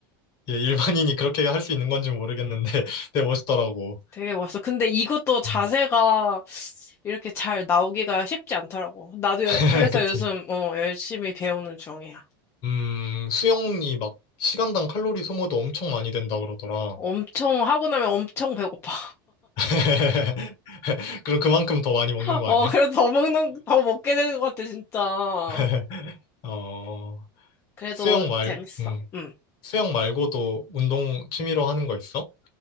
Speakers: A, on the left; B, on the left.
A: 예, 일반인이 그렇게 할 수 있는 건지 모르겠는데 <laughs> 되게 멋있더라고.
B: 되게 멋있어. 근데 이것도 자세가
A: 음.
B: 이렇게 잘 나오기가 쉽지 않더라고. 나도
A: <laughs>
B: 여- 그래서
A: 그치.
B: 요즘 어, 열심히 배우는 중이야.
A: 음, 수영이 막 시간당 칼로리 소모도 엄청 많이 된다 그러더라.
B: 엄청 하고 나면 엄청 배고파.
A: <laughs> 그럼 그만큼 더 많이 먹는
B: <laughs>
A: 거
B: 어,
A: 아니야?
B: 그래도 더 먹는, 더 먹게 되는 것 같아, 진짜.
A: <laughs> 어,
B: 그래도
A: 수영 말,
B: 재밌어.
A: 음,
B: 응.
A: 수영 말고도 운동 취미로 하는 거 있어?